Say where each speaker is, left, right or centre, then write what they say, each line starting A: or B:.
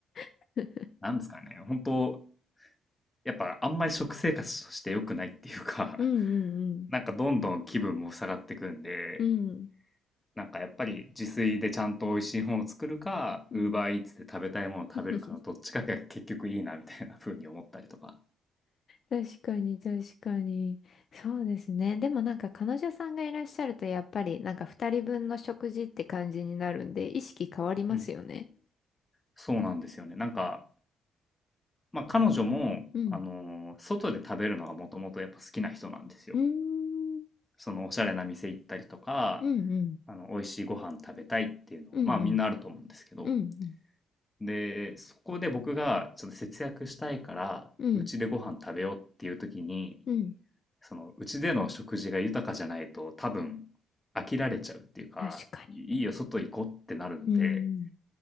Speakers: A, on the left; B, on the left.
A: <laughs>
B: なんですかね本当やっぱあんまり食生活として良くないっていうか
A: うんうん
B: <laughs> なんかどんどん気分も下がってくんで
A: うん。
B: なんかやっぱり自炊でちゃんと美味しいものを作るか
A: うん。
B: Uber
A: うん。
B: Eats で食べたいものを食べるかのどっちかが結局いいなみたいな風に思ったりとか。
A: <laughs> 確かに、確かに。そうですね。でもなんか彼女さんがいらっしゃるとやっぱりなんか二人分の食事って感じになるんで意識変わりますよね。
B: うんそうなんですよね。なんか、まあ、彼女も、
A: うん。
B: あのー外で食べるのがもともとやっぱ好きな人なんですよ。
A: うーん。
B: そのおしゃれな店行ったりとか、
A: うんうん。
B: あの、美味しいご飯食べたいっていうのは、
A: うんうん。
B: まあみんなあると思うんですけど。
A: うんうん。
B: で、そこで僕がちょっと節約したいから、
A: うん
B: うちでご飯食べようっていう時に、
A: うん。
B: その、うちでの食事が豊かじゃないと多分飽きられちゃうっていうか、
A: 確かに。
B: いいいよ、外行こうってなるんで、
A: うーん。